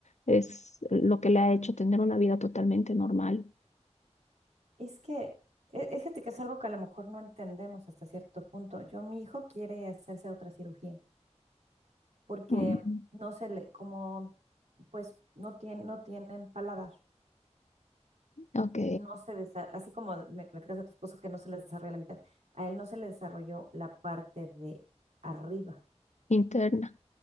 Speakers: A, on the left; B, on the right.
A: es lo que le ha hecho tener una vida totalmente normal.
B: Es que, e- es, fíjate que es algo que a lo mejor no entendemos hasta cierto punto. Yo, mi hijo quiere hacerse otra cirugía porque
A: Mm,
B: no se le, como, pues, no tiene, no tienen paladar.
A: ok,
B: no se desa- así como me platicas a tu esposo que no se le desarrolla la mitad, a él no se le desarrolló la parte de arriba.
A: interna.